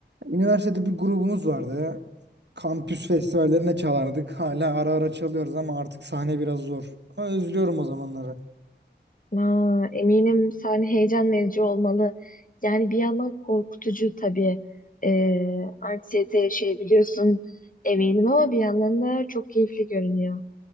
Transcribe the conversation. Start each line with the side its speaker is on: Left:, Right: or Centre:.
Right: Üniversitede bir grubumuz vardı. Kampüs festivallerine çalardık. Hala ara ara çalıyoruz ama artık sahne biraz zor. Ama özlüyorum o zamanları.
Left: Aa, eminim sahne heyecan verici olmalı. Yani bir yandan korkutucu tabii. Ee, anksiyete yaşayabiliyorsun <laughs> eminim ama bir yandan da çok keyifli görünüyor.